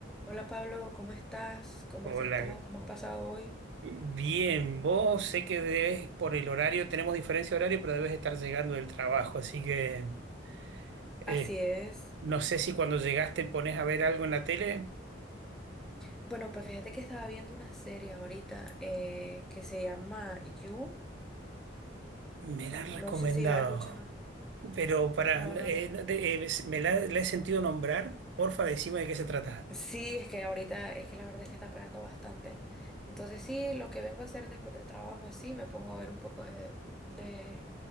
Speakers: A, in the centre; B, on the right (about 65°).
A: Hola Pablo, ¿cómo estás? ¿Cómo
B: Hola.
A: has estado? ¿Cómo has pasado hoy?
B: Bien, vos sé que debes, por el horario, tenemos diferencia de horario, pero debes estar llegando del trabajo, así que eh,
A: Así es.
B: no sé si cuando llegaste pones a ver algo en la tele,
A: Bueno, pues fíjate que estaba viendo una serie ahorita eh, que se llama You.
B: me la han recomendado,
A: No sé si la has escuchado.
B: pero para,
A: No,
B: eh,
A: no, no.
B: de- eh, me la, la he sentido nombrar, porfa, decime de qué se trata.
A: Sí, es que ahorita es que la verdad es que está pegando bastante. Entonces sí, lo que vengo a hacer después del trabajo así, me pongo a ver un poco de, de